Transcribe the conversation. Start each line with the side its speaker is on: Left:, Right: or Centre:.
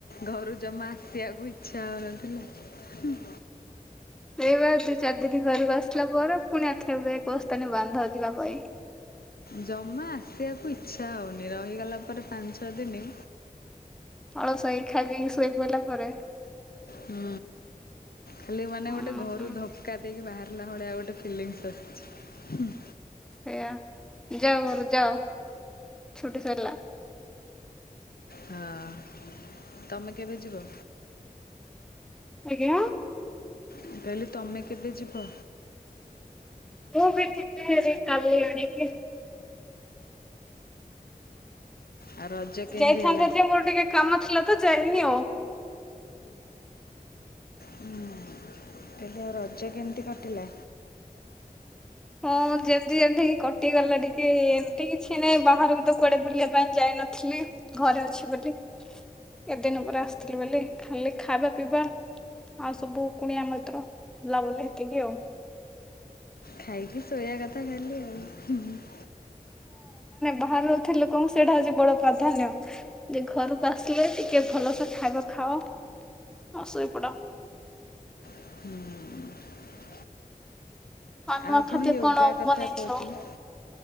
Left: ଘରୁ ଜମା ଆସିବାକୁ ଇଚ୍ଛା ହଉନଥିଲା। ହୁଁ।
Centre: ସେ ବାର ଦି ଚାରି ଦିନ ଘରକୁ ଆସିଲା ପରେ, ପୁଣି ଆଉ ଥରେ ବେକ ବସ୍ତାନି ବାନ୍ଧ ଯିବା ପାଇଁ।
Left: ଜମା ଆସିବାକୁ ଇଚ୍ଛା ହଉନି। ରହିଗଲା ପରେ ପାଞ୍ଚ ଛଅ ଦିନି।
Centre: ଅଳସୁଆ ହେଇକି ଖାଇ ପିଇକି ଶୋଇ ପଇଲା ପରେ।
Left: ହୁଁ ଖାଲି ମାନେ
Centre: ହୁଁ
Left: ଗୋଟେ ଘରୁ
Centre: ହୁଁ
Left: ଧକ୍କା ଦେଇକି ବାହାରେ ଲା ଭଳିଆ ଗୋଟେ ଫିଲିଙ୍ଗସ୍ ଆସିଛି।
Centre: ସେୟା ଯାଉର ଯାଅ। ଛୁଟି ସରିଲା।
Left: ହଁ। ତମେ କେବେ ଯିବ।
Centre: ଆଜ୍ଞା।
Left: ମୁଁ କହିଲି ତମେ କେବେ ଯିବ।
Centre: ମୁଁ ବି ଯିବି ହାରି କାଲି ଆଣିକି।
Left: ଆଉ ରଜ କେମିତି
Centre: ଯାଇଥାନ୍ତେ
Left: ହେଲା?
Centre: ଯେ ମୋର ଟିକେ କାମ ଥିଲା ତ ଯାଇଏନି ଆଉ।
Left: ହୁଁ କଲି ଆଉ ରଜ କେମିତି କଟିଲା।
Centre: ହଁ ଯେମିତି ଯେମିତି ହେଇକି କଟିଗଲା ଟିକେ ଏମିତି କିଛି ନାହିଁ। ବାହାରକୁ ତ କୁଆଡେ ବୁଲିବା ପାଇଁ ଯାଇନଥିଲି। ଘରେ ଅଛି ବୋଲି ଏଦିନ ପରେ ଆସିଥିଲି ବୋଲି ଖାଲି ଖାଇବା ପିଇବା ଆଉ ସବୁ କୁଣିଆ ମଇତ୍ର ବୁଲାବୁଲି ହେତିକି ଆଉ।
Left: ଖାଇକି ଶୋୟା କଥା ଖାଲି ଆଉ।
Centre: ବାହାରୁ ରହୁଥିଲେ ଲୋକଙ୍କୁ ସେଇଟା ଆଜି ବଡ ପ୍ରାଧାନ୍ୟ। ଯେ ଘରକୁ ଆସିଲେ ଟିକେ ଭଲସେ ଖାଇବା ଖାଅ ଆ ଶୋଇ ପଡ।
Left: ହୁଁ।
Centre: ନୂଆ
Left: ଆଉ
Centre: ଖାଦ୍ୟ
Left: କଣ ୟୋଗା କଥା
Centre: ବନେଇଥିଲ?
Left: କହୁଥିଲି।